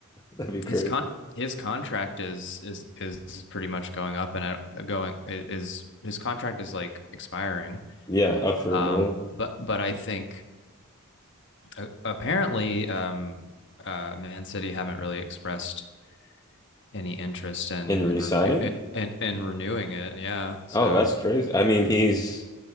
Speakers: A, on the left; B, on the left.
A: that'd be crazy.
B: his con his contract is is is pretty much going up and I going is his contract is like expiring.
A: Yeah, up for
B: Um
A: renewal
B: but but I think A- apparently, um, uh, Man City haven't really expressed any interest in
A: in
B: in
A: re-signing?
B: renew
A: her?
B: in, in renewing it. Yeah, so.
A: Oh, that's crazy. I mean, he's